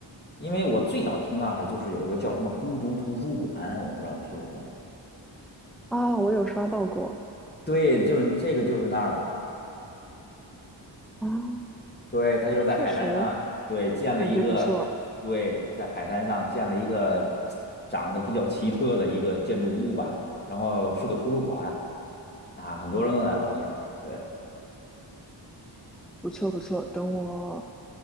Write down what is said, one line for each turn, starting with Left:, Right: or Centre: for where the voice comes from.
Left: 因为我最早听那儿就是有一个叫什么孤独图书馆，我不知道你听说过吗？
Centre: 啊，我有刷到过
Left: 对，就是这个就是那儿的。
Centre: 哦，
Left: 对，他就是在海滩上，
Centre: 那确实
Left: 对，建了一嗯个，
Centre: 感觉不错。
Left: 对，在海滩上建了一个长得比较奇特的一个建筑物吧，然后是个图书馆啊，很多人都在那照相。对，
Centre: 不错不错，等我